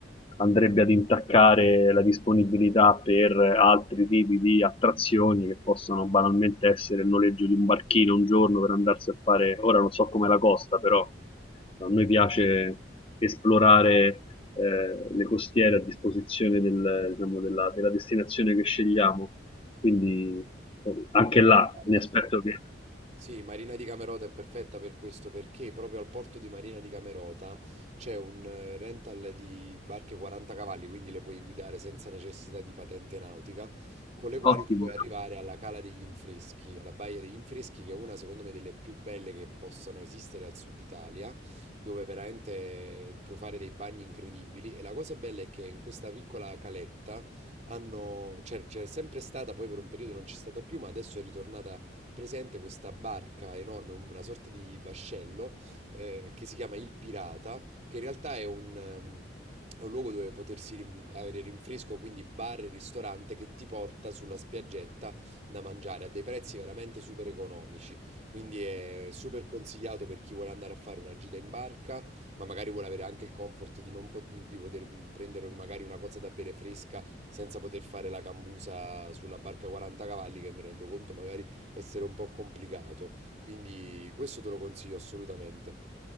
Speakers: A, on the left; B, on the right.
A: andrebbe ad intaccare la disponibilità per altri tipi di attrazioni che possono banalmente essere il noleggio di un barchino un giorno per andarsi a fare, ora non so com'è la costa, però a noi piace esplorare eh, le costiere a disposizione del, diciamo, della, della destinazione che scegliamo, quindi anche là
B: Allora, guarda,
A: mi aspetto che...
B: sì, Marina di Camerota è perfetta per questo perché proprio al porto di Marina di Camerota c'è un eh, rental di barche 40 cavalli, quindi le puoi guidare senza necessità di patente nautica, con le quali
A: Ottimo.
B: tu puoi arrivare alla Cala degli Infreschi, alla Baia degli Infreschi, che è una secondo me delle più belle che possano esistere al sud Italia, dove veramente puoi fare dei bagni incredibili. E la cosa bella è che in questa piccola caletta hanno, c'è c'è sempre stata, poi per un periodo non c'è stata più, ma adesso è ritornata presente questa barca enorme, una sorta di vascello eh, che si chiama Il Pirata, che in realtà è un, ehm, è un luogo dove potersi rin- avere rinfresco, quindi bar e ristorante che ti porta sulla spiaggetta da mangiare a dei prezzi veramente super economici. Quindi è super consigliato per chi vuole andare a fare una gita in barca, ma magari vuole avere anche il comfort di non pot- di poter prendere magari una cosa da bere fresca senza poter fare la cambusa sulla barca 40 cavalli, che mi rendo conto magari essere un po' complicato. Quindi questo te lo consiglio assolutamente.